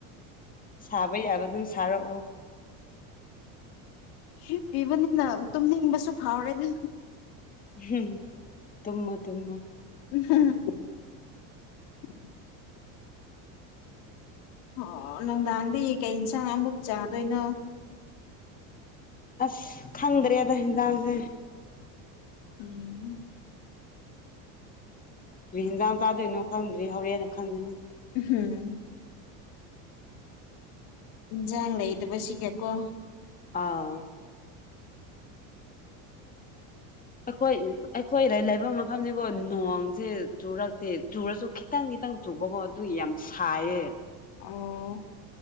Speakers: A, on the left (about 20°); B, on the left (about 65°).
A: ꯁꯥꯕ ꯌꯥꯕ ꯑꯗꯨꯝ ꯁꯥꯔꯛꯑꯣ
B: ꯁ ꯄꯤꯕꯅꯤꯅ ꯇꯨꯝꯅꯤꯡꯕꯁꯨ ꯐꯥꯎꯔꯦꯗ
A: ꯎꯝ ꯊꯃ ꯊꯨꯝꯃ
B: <unintelligible> <unintelligible> ꯑꯣ ꯅꯨꯡꯗꯥꯡꯗꯤ ꯀꯩ ꯌꯦꯟꯁꯥꯡ ꯑꯃꯨꯛ ꯆꯥꯗꯣꯏꯅꯣ
A: ꯑꯁ ꯈꯪꯗ꯭ꯔꯦꯗ ꯍꯟꯖꯥꯡꯁꯦ
B: ꯎꯝꯝ
A: ꯍꯟꯖꯥꯡ ꯆꯥꯗꯣꯏꯅꯣ ꯈꯪꯗ꯭ꯔꯤ ꯍꯧꯣꯔꯦꯟꯅ ꯈꯪꯒꯅꯤ
B: ꯍꯝ ꯌꯥꯥꯡ ꯂꯩꯇ ꯄ ꯀꯦꯀꯣ
A: ꯑꯥ ꯑꯩꯈꯣꯏ ꯑꯩꯈꯣꯏꯗ ꯂꯩꯕ ꯃꯐꯝꯅꯤꯀꯣ ꯅꯣꯡꯁꯦ ꯆꯨꯔꯛꯇꯦ ꯆꯨꯔꯁꯨ ꯈꯤꯇꯪ ꯈꯤꯇꯪ ꯆꯨꯕꯒꯣ ꯑꯗꯨ ꯌꯥꯝ ꯁꯥꯏꯌꯦ
B: ꯑꯣ